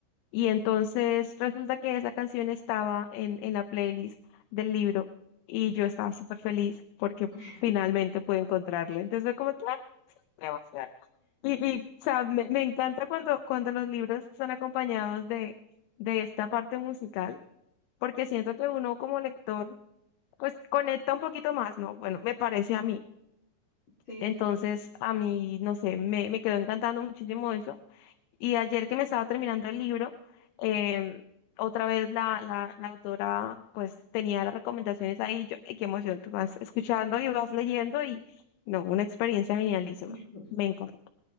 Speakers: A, on the left; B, on the left.
A: Y
B: ok.
A: entonces resulta que esa canción estaba en, en la playlist del libro y yo estaba súper feliz porque
B: <laughs>
A: finalmente pude encontrarla. Entonces fue como que, "Ah, qué emoción". Y, y, o sea, me, me encanta cuando, cuando los libros son acompañados de, de esta parte musical, porque siento que uno como lector pues conecta un poquito más, ¿no? Bueno, me parece a mí.
B: Sí,
A: Entonces,
B: sí, sí.
A: a mí, no sé, me, me quedó encantando muchísimo eso. Y ayer que me estaba terminando el libro, em, otra vez la, la, la autora pues tenía las recomendaciones ahí. y Yo, "Ay, qué emoción, tú vas escuchando y vas leyendo y no, una experiencia genialísima.
B: <laughs>
A: Me encanta.